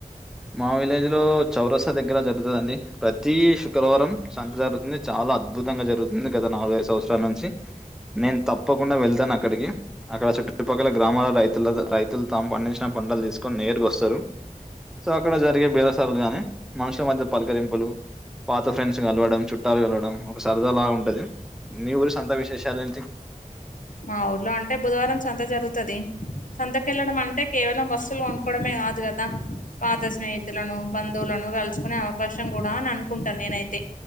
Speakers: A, in the centre; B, on the left.
A: మా విలేజ్‌లో చౌరస్తా దగ్గర జరుగుతదండి. ప్రతి శుక్రవారం సంత జరుగుతుంది చాలా అద్భుతంగా జరుగుతుంది గత నాలుగై సంవత్సరాల నుంచి నేను తప్పకుడా కుండా వెళ్తాను అక్కడికి అక్కడ చుట్టుపక్కల గ్రామాల రైతుల రైతులు తము పండించిన పండలు తీసుకొని నేరు వస్తారు సో అక్కడ జరిగే బేలసార్లు గాని మనుషుల మధ్య పలకరింపులు పాత ఫ్రెండ్స్ కలవడం చుట్టాలు కలడం ఒక సరదాలా ఉంటది మీ ఊరు సొంత విశేషాల నుంచి <unintelligible>
B: మా ఊర్లో అంటే బుధవారం సంత జరుగుతది. సంతకెళ్లడం అంటే కేవలం వస్తువుల్ కొనుక్కోవడమే కాదు గదా. పాత స్నేహితులనూ, బంధువులనూ కల్సుకునే అవకాశం గూడా అని అనుకుంటా నేనైతే.